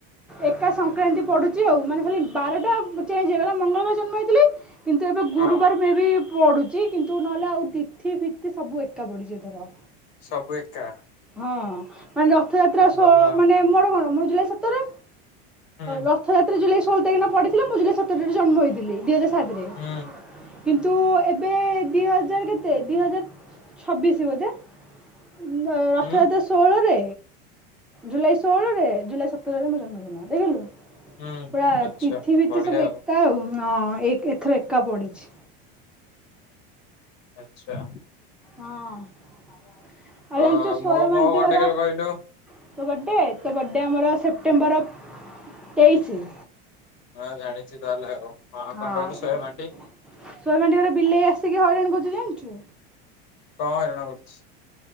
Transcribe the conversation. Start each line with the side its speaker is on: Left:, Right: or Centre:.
Centre: ଏକା ସଂକ୍ରାନ୍ତି ପଡୁଚି ଆଉ ମାନେ ଖାଲି ବାରଟା ଚେଞ୍ଜ ହେଇଗଲା ମଙ୍ଗଳବାର ଜନ୍ମ ହେଇି କିନ୍ତୁ ଏବେ ଗୁରୁବାର
Left: ହଁ
Centre: ମେ ବି ପଡ଼ୁଛି କିନ୍ତୁ ନହେଲେ ଆଉ ତିଥି ଫିତି ସବୁ ଏକା ପଡ଼ିଛି ଏଥର
Left: ସବୁ ଏକା।
Centre: ହଁ ମାନେ ରଥଯାତ୍ରା ଷୋହଳ
Left: ଭଲ
Centre: ମାନେ ମୋର କଣ ମୋର ଜୁଲାଇ ସତରରେ
Left: ହୁଁ
Centre: ରଥଯାତ୍ରା ଜୁଲାଇଷୋହଳ ତାଖକିନ ପଥିଲା ମୁଁ ଜୁଲାଇ ସତରରେ ଜନ୍ମ ହେଥିଲି ଦି ହଜାର
Left: ହୁଁ
Centre: <inaudible> କିନ୍ତୁ ଏବେ ଦି ହଜାର କେତେ ଦି ହଜାର ଛବିଶ ବୋଧେ <unintelligible>
Left: ହୁଁ
Centre: ଅଠ ହଜାର ଷୋହଳରେ ଜୁଲାଇ ଷୋହଳରେ ଜୁଲାଇ ସତରରେ ମୋ ଜନ୍ମଦିନ ଦେଖିଲୁ।
Left: ହୁଁ
Centre: ପୁରା
Left: ଆଚ୍ଛା
Centre: ତିଥି ଭତି
Left: ବଢିଆ
Centre: ସବୁ
Left: ଆଉ।
Centre: ଏକା ଆଉ ଏଥର ଏକା ପଡିଛି।
Left: ଆଛା।
Centre: ହଁ ଆଉ
Left: ଅ
Centre: ଜାଣିଛି ସୋୟମ
Left: ମୋ ମୋ
Centre: ଆଣ୍ଟି
Left: ଘରଟା
Centre: ଘର
Left: କେବେ କହିଲୁ?
Centre: ତୋ ବର୍ଥଡେ ତୋ ବର୍ଥଡେ ଆମର ସେପ୍ଟେମ୍ବର ତେଇଶି।
Left: ହ ଜାଣିଛି ତାହେଲେ ଆଉ
Centre: ହଁ
Left: କଣ କହିଲୁ
Centre: ସ୍ୱୟଂ
Left: ଶହେ ମାଟି
Centre: ଅଣ୍ଟୀ ଘରରେ ବିଲେଇ ଆସିକି ହଇରାଣ କରୁଛୁ ଜାଣିଛୁ।
Left: କଣ ହଇରାଣ କରୁଛି।